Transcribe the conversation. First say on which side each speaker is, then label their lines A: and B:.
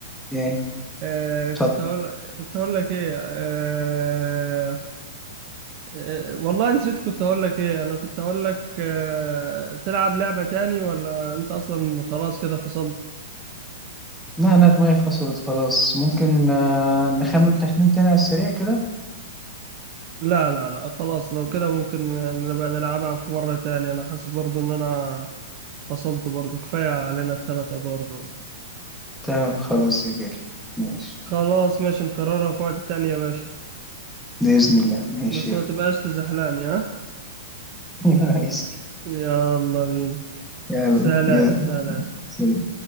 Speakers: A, in the centre; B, on the right (about 25°).
A: ايه
B: آه
A: اتفضل.
B: كنت هقول كنت هقول لك إيه آه... آه والله نسيت كنت هقول لك إيه أنا كنت هقول لك آه... تلعب لعبة تاني ولا أنت أصلا خلاص كده فصلت
A: لا أنا دماغي فصلت خلاص ممكن آه، نخمن تخمين تاني على السريع كده
B: لا لا لا خلاص لو كده ممكن نبقى نلعبها في مرة تانية أنا حاسس برضو إن أنا فصلت برضو كفاية علينا التلات أدوار دول
A: تمام خلاص يا جاري ماشي
B: خلاص ماشي نكررها في وقت تاني يا باشا
A: بإذن الله ماشي
B: بس
A: <laughs>
B: ما تبقاش تزحلقني ها
A: ماشي
B: يلا بينا
A: يلا
B: سلام
A: يلا
B: سلام
A: سلام.